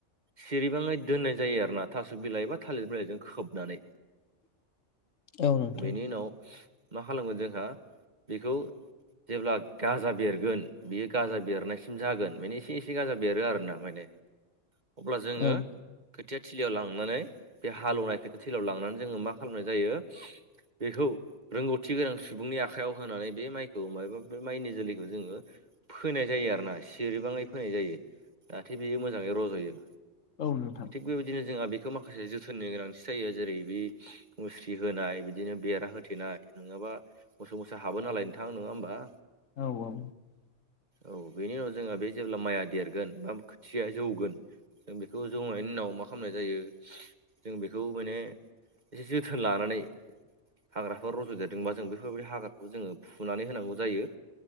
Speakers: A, on the right; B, on the left.
A: सेरबाङै दोननाय जायो आरोोना थास' बिलाइ बा थालिर बिलाइजों खोबनानै।
B: <inaudible> औ नोंथां
A: बेनि उनाव मा खालामगोन जोंहा बेखौ जेब्ला गाजा बेरगोन बियो गाजा बेरनायसिम जागोन माने एसे एसे गाजा बेरो आर ना माने अब्ला जोङो
B: औ
A: खोथिया थिलियाव लांनानै बे हालौनाय खोथिया थिलियाव लांनानै जोङो मा खालामनाय जायो बेखौ रोंगौथि गोनां सुबुंनि आखायाव होनानै बे माइखौ मायबा बे माइनि जोलैखौ जोङो फोनाय जायो आरो ना सिरिबाङै फोनाय जायो जाहाथे बेयो मोजाङै रज'यो।
B: औ नोंथां।
A: थिग बेबायदिनो जोंहा बेखौ माखासे जोथोननि गोनांथि जायो जेरै बै मुस्रि होनाय बिदिनो बेरा होथेनाय नोङाबा मोसौ मोसा हाबो नालाय नोंथां नोङा होमबा?
B: औ औ।
A: औ बेनि उनाव जोंहा बे जेब्ला माइआ देरगोन बा खोथिया जौगोन जों बेखौ जौनायनि उनाव मा खामनाय जायो जों बेखौ माने एसे जोथोन लानानै हाग्रा फोर र'ज देरदोंबा जों बेफोरबायदि हाग्राखौ जोङो फुनानै होनांगौ जायो।